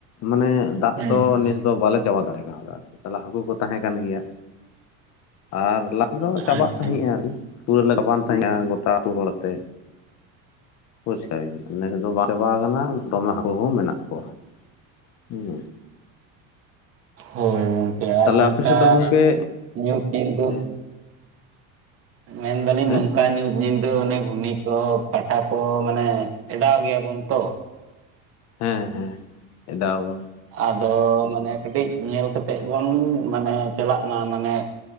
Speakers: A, on the left; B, on the right.
A: ᱢᱟᱱᱮ ᱫᱟᱜ
B: ᱦᱩᱸ
A: ᱫᱚ
B: ᱦᱩᱸ
A: ᱱᱮᱥ ᱫᱚ ᱵᱟᱞᱮ ᱪᱟᱵᱟ ᱫᱟᱲᱮ ᱠᱟᱣᱫᱟ ᱛᱟᱦᱞᱮ ᱦᱟᱹᱠᱩ ᱠᱚ ᱛᱟᱦᱮᱸ ᱠᱟᱱ ᱜᱮᱭᱟ ᱟᱨ ᱞᱟ ᱫᱚ
B: ᱦᱩᱸ
A: ᱪᱟᱵᱟᱜ
B: ᱟᱪᱪᱷᱟ
A: ᱛᱟᱦᱮᱸᱜᱼᱟ <unintelligible> ᱜᱟᱵᱟᱱ ᱛᱟᱦᱮᱸᱜᱼᱟ ᱜᱚᱴᱟ ᱟᱹᱛᱩ ᱦᱚᱲ ᱛᱮ᱾ ᱯᱚᱪᱠᱟᱨᱤᱧᱫ ᱱᱮᱥ ᱫᱚ ᱵᱟᱝ ᱪᱟᱵᱟ ᱠᱟᱱᱟ ᱫᱚᱢᱮ ᱦᱟᱠᱩ ᱦᱚᱸ ᱢᱮᱱᱟᱜ ᱠᱚᱣᱟ ᱦᱩᱸ᱾
B: ᱦᱳᱭ ᱜᱚᱝᱠᱮ ᱟᱨ
A: ᱛᱟᱦᱚᱞᱮ
B: ᱱᱚᱝᱠᱟ
A: ᱟᱯᱮ ᱥᱮᱫ ᱫᱚ ᱜᱚᱝᱠᱮ
B: ᱧᱩᱛ ᱧᱤᱫᱟᱹ
A: ᱦᱮᱸ
B: ᱢᱮᱱᱫᱟᱞᱤᱧ
A: ᱦᱮᱸ
B: ᱱᱚᱝᱠᱟ ᱧᱩᱛ ᱧᱤᱫᱟᱹ ᱚᱱᱮ ᱜᱷᱩᱱᱤ ᱠᱚ ᱯᱟᱴᱟ ᱠᱚ ᱢᱟᱱᱮ ᱮᱰᱟᱣ ᱜᱮᱭᱟᱵᱚᱱ ᱛᱚ᱾
A: ᱦᱮᱸ ᱦᱮᱸ ᱮᱰᱟᱣᱟᱵᱚᱱ᱾
B: ᱟᱫᱚ ᱢᱟᱱᱮ ᱠᱟᱹᱴᱤᱡ ᱧᱮᱞ ᱠᱟᱛᱮᱜ ᱵᱚᱱ ᱢᱟᱱᱮ ᱪᱟᱞᱟᱜ ᱢᱟ ᱢᱟᱱᱮ